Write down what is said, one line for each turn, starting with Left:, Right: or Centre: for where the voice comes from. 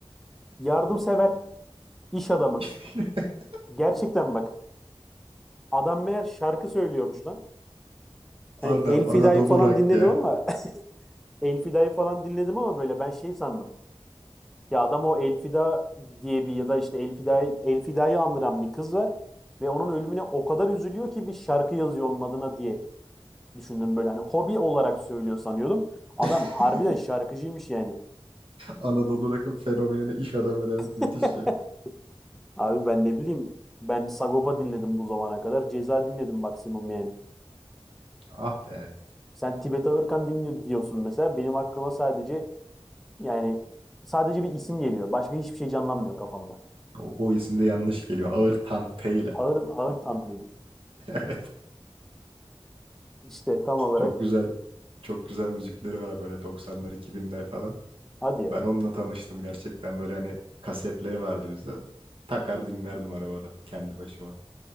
Centre: Yardımsever, iş adamı.
Right: <laughs>
Centre: Gerçekten bak. Adam meğer şarkı söylüyormuş lan. Hani
Right: Adam
Centre: El
Right: Anadolu
Centre: Fida'yı falan
Right: Rock
Centre: dinledim
Right: ya.
Centre: ama <laughs> El Fida'yı falan dinledim ama böyle ben şey sandım. Ya adam o El Fida diye bir ya da işte El Fida'yı El Fida'yı andıran bir kız var ve onun ölümüne o kadar üzülüyor ki bir şarkı yazıyor onun adına diye düşündüm böyle hani hobi olarak söylüyor sanıyordum. Adam
Right: <laughs>
Centre: harbiden şarkıcıymış yani.
Right: Anadolu Rock'ın fenomenine iş adamı demek müthiş
Centre: <laughs>
Right: ya.
Centre: Abi ben ne bileyim ben Sagopa dinledim bu zamana kadar. Ceza dinledim maksimum yani.
Right: Ah be.
Centre: Sen Tibet Ağırkan dinliyor diyorsun mesela. Benim aklıma sadece Yani sadece bir isim geliyor. Başka hiçbir şey canlanmıyor kafamda.
Right: O, o isim de yanlış geliyor. Ağırtan T ile.
Centre: Ağır,
Right: <laughs>
Centre: ağır tam mıydı?
Right: Evet.
Centre: İşte tam olarak
Right: Çok güzel. Çok güzel müzikleri var böyle doksanlar iki binler falan.
Centre: hadi ya.
Right: Ben onunla tanıştım gerçekten böyle hani kasetleri vardı bizde. Takar dinlerdim arabada kendi başıma.